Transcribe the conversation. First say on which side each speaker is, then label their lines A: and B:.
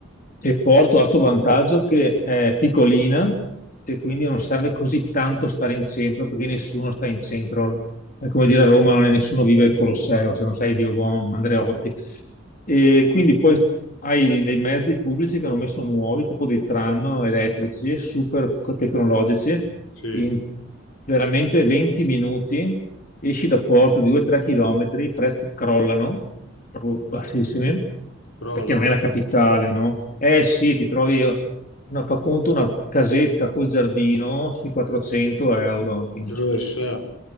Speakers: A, on the left (about 40°); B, on the left (about 75°).
A: e Porto ha sto vantaggio che è piccolina e quindi non serve così tanto stare in centro perché nessuno sta in centro. È come dire a Roma non è nessuno vive il Colosseo, se non sei Diobon, Andreotti. E quindi poi hai dei mezzi pubblici che hanno messo nuovi, tipo dei tram elettrici, super tecnologici.
B: Sì,
A: In veramente 20 minuti esci da Porto di 2-3 km, i prezzi crollano proprio bassissime,
B: però
A: perché
B: la,
A: non è la capitale, no? Eh sì, ti trovi eh, una, fa conto, una casetta col giardino sui 400 euro, quindi
B: eh, sa,